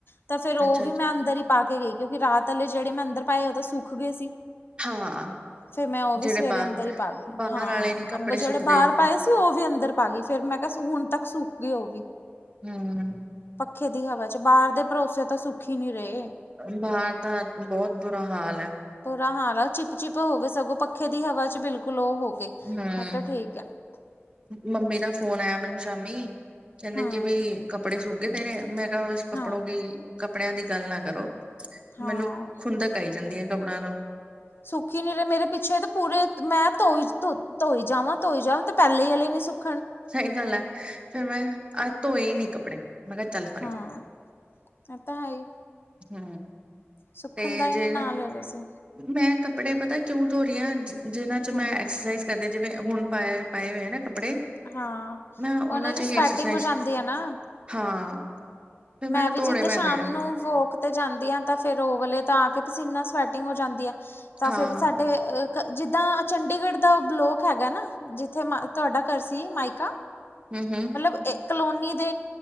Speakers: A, on the left (about 55°); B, on the right (about 25°).
A: ਤਾਂ ਫਿਰ ਉਹ
B: ਅੱਛਾ,
A: ਵੀ
B: ਅੱਛਾ
A: ਮੈਂ ਅੰਦਰ ਹੀ ਪਾ ਕੇ ਗਈ ਕਿਉਂਕਿ ਰਾਤ ਅੇ ਜਿਹੜੇ ਮੈਂ ਅੰਦਰ ਪਾਏ ਉਹ ਤਾਂ ਸੁੱਕ ਗਏ ਸੀ।
B: ਹਾਂ
A: ਫਿਰ ਮੈਂ ਉਹ ਵੀ
B: ਜਿਹੜੇ
A: ਸਵੇਰੇ
B: ਬਾਹਰ
A: ਅੰਦਰ ਹੀ ਪਾ ਲੇ
B: ਬਾਹਰ
A: ਹਾਂ
B: ਆਲੇ ਨੀ ਕੱਪੜੇ
A: ਜਿਹੜੇ
B: ਸੁੱਕਦੇ
A: ਬਾਹਰ ਪਾਏ ਉਹ ਵੀ ਅੰਦਰ ਪਾ ਗਈ ਫਿਰ ਮੈਂ ਕਿਹਾ ਹੁਣ ਤੱਕ ਸੁੱਕ ਗਈ ਹੋਏਗੀ।
B: ਹੂ,,,
A: ਪੱਖੇ ਦੀ ਹਵਾ ਚ ਬਾਹਰ ਦੇ ਭਰੋਸੇ ਤਾਂ ਸੁੱਖੀ ਨੀ ਰਹੇ
B: ਬਾਹਰ ਦਾ ਬਹੁਤ ਬੁਰਾ ਹਾਲ ਹੈ।
A: ਬੁਰਾ ਹਾਲਾ ਚਿਪ ਚਿਪ ਹੋ ਗਏ ਸਗੋਂ ਪੱਖੇ ਦੀ ਹਵਾ ਚ ਬਿਲਕੁਲ ਉਹ ਹੋ ਗਏ
B: ਹੂੰ
A: ਮੈਂ ਕਿਹਾ ਠੀਕ ਆ
B: ਮੰਮੀ ਨਾਲ ਫੋਨ ਆਇਆ ਮੈਨੂੰ ਸ਼ਾਮੀ ਕਹਿੰਦੇ
A: ਹਾਂ
B: ਕਿ ਬਈ ਕੱਪੜੇ ਸੂਗੇ ਤੇ ਨੇ ਮੈਂ ਕਿਹਾ ਕੱਪੜੋਂ
A: ਹਾਂ
B: ਦੀ ਕੱਪੜਿਆਂ ਦੀ ਗੱਲ ਨਾ ਕਰੋ
A: ਹਾਂ
B: ਮੈਨੂੰ ਖੁੰਦਕ ਆਈ ਜਾਂਦੀ ਹੈ ਕੱਪੜਿਆਂ ਤੋਂ
A: ਸੁਖੀ ਨੀ ਰਹੇ ਮੇਰੇ ਪਿੱਛੇ ਤੇ ਪੂਰੇ ਮੈਂ ਧੋਈ ਧੋ ਧੋਈ ਜਾਵਾਂ ਧੋਈ ਜਾਵਾਂ ਤੇ ਪਹਿਲੇ ਹੀ ਵਾਲੇ ਨੇ ਸੁੱਕ
B: ਸਹੀ ਗੱਲ ਹੈ ਫਿਰ ਮੈਂ ਅੱਜ ਧੋਏ ਨੀ ਕੱਪੜੇ ਮੈਂ ਕਿਹਾ ਚੱਲ ਪਰੇ
A: ਹਾਂ ਇਹ ਤਾਂ ਹੈ
B: ਹੂ
A: ਸੁੱਖਣ
B: ਤੇ
A: ਦਾ ਹੀ
B: ਜੇ
A: ਨੇ ਨਾਂ ਲੈ ਰਹੇ ਸੀ
B: ਮੈਂ ਕੱਪੜੇ ਪਤਾ ਕਿਉਂ ਧੋ ਰਹੀ ਹਾਂ ਜਿਹਨਾਂ ਚ
A: ਹਮ।
B: ਮੈਂ ਐਕਸਰਸਾਈਜ਼ ਜਿਵੇਂ ਹੁਣ ਪਾਏ ਪਾਏ ਹੋਏ ਹੈ ਨਾ ਕੱਪੜੇ
A: ਹਾਂ
B: ਮੈਂ ਉਹਨਾਂ
A: ਉਹਨੇ
B: ਚ
A: ਦੀ
B: ਹੀ
A: ਸਵੈਟਿੰਗ
B: ਐਕਸਰਸਾਈਜ਼
A: ਹੋ ਜਾਂਦੀ ਨਾ
B: ਹਾਂ ਫਿਰ
A: ਮੈਂ
B: ਮੈਨੂੰ
A: ਵੀ
B: ਧੋਣੇ
A: ਜਿੱਦਰ
B: ਪੈਂਦੇ
A: ਸ਼ਾਮ
B: ਆ
A: ਨੂੰ ਵੋਕ ਤੇ ਜਾਂਦੀ ਆ ਤਾਂ ਫਿਰ ਉਹ ਵਾਲੇ ਤਾਂ ਆ ਕੇ ਪਸੀਨਾ ਸਵੈਟਿੰਗ ਹੋ ਜਾਂਦੀ ਹੈ ਤਾਂ
B: ਹਾਂ
A: ਫਿਰ ਸਾਡੇ ਜਿੱਦਾਂ ਚੰਡੀਗੜ੍ਹ ਦਾ ਬਲੋਕ ਹੈਗਾ ਨਾ ਜਿੱਥੇ ਤੁਹਾਡਾ ਘਰ ਸੀ ਮਾਇਕਾ
B: ਹੂ -ਹੂ।
A: ਮਤਲਬ ਇਹ ਕਲੋਨੀ ਦੇ